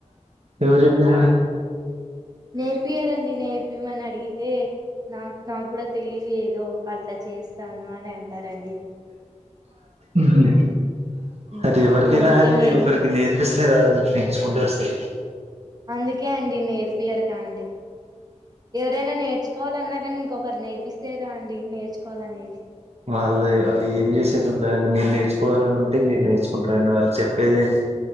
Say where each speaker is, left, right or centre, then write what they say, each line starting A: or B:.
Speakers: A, on the right (about 60°); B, on the right (about 30°).
A: ఎవరు చెప్పిరు
B: నేర్పియారంండి నేర్పియమని అడిగితే నాకు నాకు కూడా తెలిదు ఏదో అట్లా చేస్తాను అని అంటారండి
A: ఉహు
B: ఉమ్
A: అది ఎవరికైనా
B: అందుకే
A: అని
B: నేను
A: నే ఒకరికి నేర్పిస్తా రాదండి నేర్చుకుంటే వస్తది
B: అందుకే అండి నేర్పియరుకా అండి ఎవరైనా నేర్చుకోవాలన్నా కానీ ఇంకొకరు నేర్పిస్తే కాదండి నేర్చుకోవాలి అనేది
A: వాళ్ళు వాళ్ళు ఏం చేసేది ఉంటారండి మీరు నేర్చుకోవాలని ఉంటే మీరు నేర్చుకుంటార అండి వాళ్ళు చెప్పేది ఏంటి